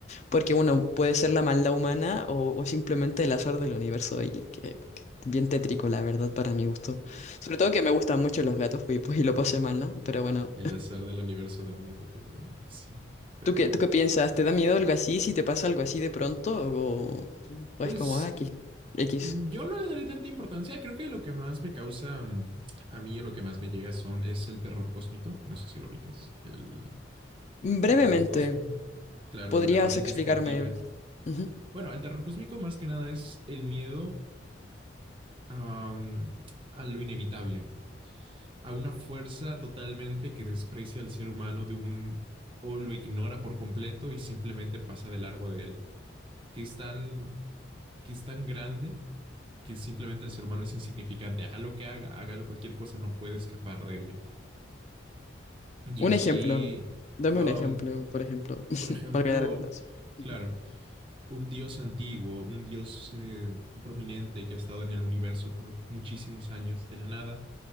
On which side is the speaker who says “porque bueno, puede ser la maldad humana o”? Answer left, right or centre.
Left